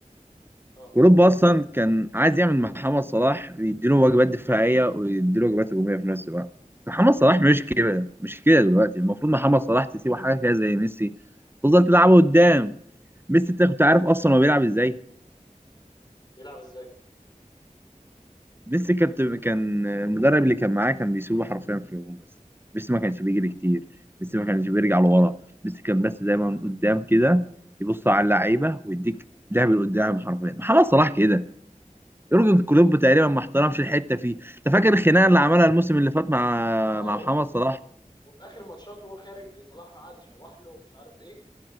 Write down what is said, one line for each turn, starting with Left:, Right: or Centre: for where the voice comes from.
Left: اه
Right: كلوب اصلا كان عايز يعمل مع محمد صلاح يديله وجبات دفاعيه ويديله وجبات هجوميه في نفس الوقت محمد صلاح مش كده مش كده دلوقتي المفروض محمد صلاح تسيبه حاجه كده زي ميسي تفضل تلعبه قدام ميسي انت كنت عارف اصلا هو بيلعب ازاي
Left: بيلعب ازاي؟
Right: ميسي كان كان المدرب اللي كان معاه كان بيسيبه حرفيا في الهجوم بس ميسي ما كانش بيجري كتير ميسي ما كانش بيرجع لورا ميسي كان بس دايما قدام كده يبص على اللعيبه ويديك لعب لقدام حرفيا محمد صلاح كده يورجن كلوب
Left: مم.
Right: تقريبا ما احترمش الحته فيه انت فاكر الخناقه اللي عملها الموسم اللي فات مع
Left: اه
Right: مع
Left: و-
Right: محمد صلاح
Left: وفي اخر ماتشات وهو خارج صلاح قعد يشوح له ومش عارف ايه